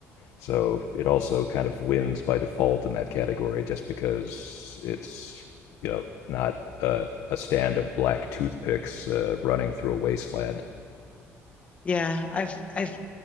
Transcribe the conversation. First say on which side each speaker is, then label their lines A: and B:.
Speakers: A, on the left (about 85°); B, on the left (about 25°).
A: So it also kind of wins by default in that category just because it's, you know, not a, a stand of black toothpicks uh, running through a wasteland.
B: yeah. I've I've